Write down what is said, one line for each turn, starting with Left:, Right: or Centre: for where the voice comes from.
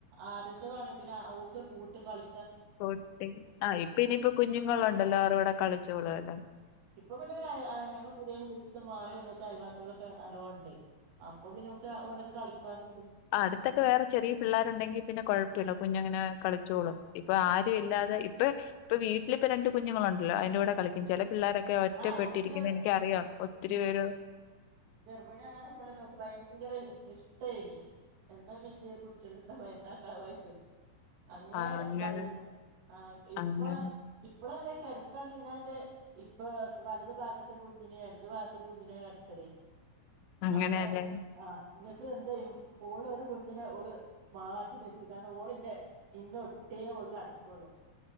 Right: ആദ്യത്തെതാണ് പിന്നെ ഓക്ക് കൂട്ട് കളി
Left: ക്കൂട്ടി, ആഹ് ഇപ്പ ഇനിയിപ്പോ കുഞ്ഞുങ്ങളുണ്ടല്ലോ അവരൂടെ കളിച്ചോളു അല്ലോ.
Right: ഇപ്പ പിന്നയ്ന അഹ് അഹ് ഞങ്ങളെ പുതിയ വീട് മാറി വന്നതും അയൽവാസിയേളൊക്കെ നല്ലോണ്ട്. അപ്പൊ പിന്നെ ഓക്ക് ഓലൊക്കെ കളിക്കാനു ണ്ട്.
Left: ആഹ് അടുത്തൊക്കെ വേറെ ചെറിയ പിള്ളേരുണ്ടെങ്കി പിന്നെ കൊഴപ്പ ഇല്ല. കുഞ്ഞങ്ങനെ കളിച്ചോളും. ഇപ്പ ആരുഇല്ലാതെ
Right: ആഹ്
Left: ഇപ്പ ഇപ്പൊ വീട്ടിലിപ്പൊ രണ്ട് കുഞ്ഞുങ്ങളുണ്ടല്ലോ. അയിന്റെ കൂടെ കളി ക്കും. ചെല പിള്ളോരൊക്കെ ഒറ്റപ്പെട്ടിരിക്കുന്നെ.
Right: ആഹ് ഓള് പിന്നെ
Left: എനിക്കറിയാം ഒത്തിരി പേര്
Right: ഗർമിണിയാണ് പർഞപ്പളന്നെ ഓൾക്ക് ഭയങ്കര ഇഷ്ട്ടേനി. എന്നാ ഇമ്മച്ചിയെ കുട്ട്യേള് ഇണ്ടാവാ എന്നാ ഇണ്ടാവാ ചോയ്ച്ചും. അങ്ങനെ
Left: ആ അങ്ങനെ
Right: ഇതായിനു. ആഹ് ഇപ്പ
Left: അങ്ങനെ
Right: ഇപ്പളു അങ്ങനെ കെടക്കാണെ ഞാൻ ന്റെ ഇപ്പൊ ത് വലത് ഭാഗത്ത് ഒരു കുഞ്ഞിനെ ഇടത് ഭാഗത്തൊരു കുഞ്ഞിനേണ് കെടത്തല്.
Left: അങ്ങനെയല്ലേ
Right: അപ്പോ ആഹ്. ന്നട്ട് എന്തയ്യും ഓള് ഒരു കുഞ്ഞിനെ ഓള് മാറ്റി നിർത്തികാണ്ട് ഓളിന്റെ ഇന്നൊട്ട്യേ ഓള് കെടക്കൊള്ളു.